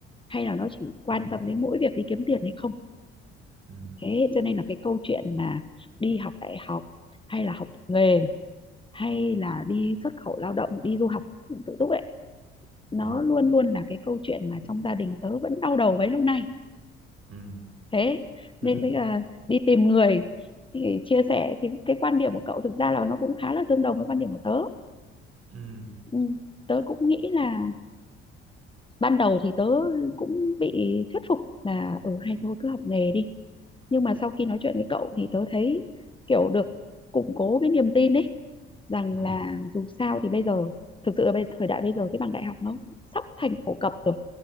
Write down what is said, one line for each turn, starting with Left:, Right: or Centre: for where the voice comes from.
Left: hay là nó chỉ quan
Right: ừ
Left: tâm đến mỗi việc đi kiếm tiền hay không
Right: ừ
Left: thế cho nên là cái câu chuyện mà đi học đại học hay là học nghề hay là đi xuất khẩu lao động đi du học tự túc ấy nó
Right: ừ
Left: luôn luôn là cái câu chuyện mà trong gia đình tớ vẫn đau đầu bấy lâu nay
Right: ừ
Left: thế
Right: ừ
Left: nên bây giờ đi tìm người thì chia sẻ thì cái quan điểm của cậu thực ra là nó cũng khá là tương đồng với quan điểm của tớ
Right: ừ
Left: ừ. tớ cũng nghĩ là ban đầu thì tớ cũng bị thuyết phục là ở ừ, hay thôi cứ học nghề đi nhưng mà sau khi nói chuyện với cậu thì tớ thấy kiểu được củng cố cái niềm tin ấy rằng
Right: ừ
Left: là dù sao thì bây giờ thực sự là bây thời đại bây giờ cái bằng đại học nó sắp thành phổ cập rồi